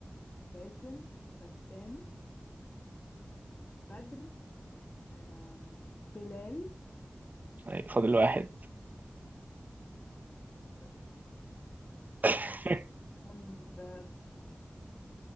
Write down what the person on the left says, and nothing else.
باسم بسام بدر أم... بلال
بر...
بن... ب... ب...